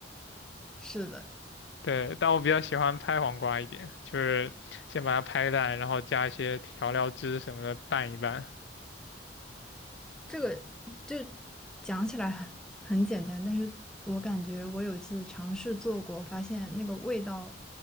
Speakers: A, in the centre; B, on the left (about 75°).
A: 是的，
B: 对，但我比较喜欢拍黄瓜一点，就是先把它拍烂，然后加一些调料汁什么的拌一拌。
A: 这个就讲起来很很简单，但是我感觉我有一次尝试做过，发现那个味道